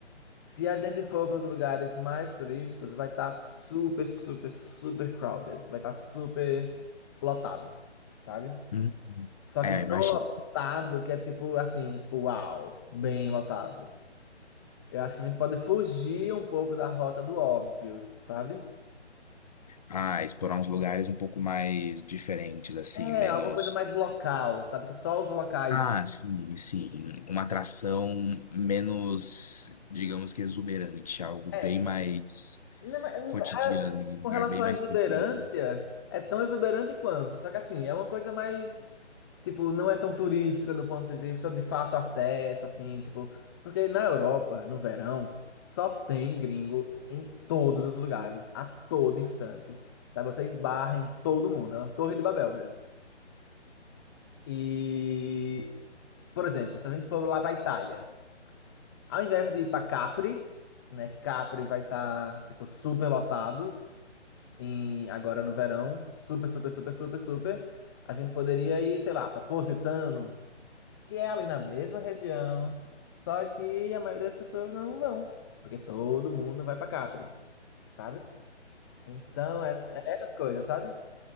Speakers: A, on the left (about 20°); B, on the left (about 35°).
A: Se a gente for para os lugares mais turísticos, vai estar super, super, super crowded. Vai estar super lotado, sabe?
B: Uhum.
A: Só
B: É,
A: que
B: imagina.
A: tão lotado que é tipo assim, tipo, uau, bem lotado. Eu acho que a gente pode fugir um pouco da rota do óbvio, sabe?
B: Ah, explorar uns lugares um pouco mais diferentes, assim,
A: É,
B: menos.
A: alguma coisa mais local, sabe? Que só os locais.
B: Ah, sim, sim. Uma atração menos, digamos que exuberante, algo bem
A: É,
B: mais
A: não, mas
B: cotidiano, um
A: Com
B: lugar
A: relação
B: bem mais
A: à exuberância,
B: tranquilo.
A: é tão exuberante quanto. Só que assim, é uma coisa mais, tipo, não é tão turística no ponto de vista de fácil acesso, assim, tipo. Porque na Europa, no verão, só tem gringo em todos os lugares, a todo instante. Sabe, você esbarra em todo mundo, é uma torre de Babel mesmo. E, por exemplo, se a gente for lá pra Itália, ao invés de ir pra Capri, né, que Capri vai estar, tipo, super lotado. em- agora no verão, super, super, super, super, super, a gente poderia ir, sei lá, para Positano, que é ali na mesma região, só que a maioria das pessoas não vão, porque todo mundo vai para Capri, sabe? Então, é, é essas coisas, sabe?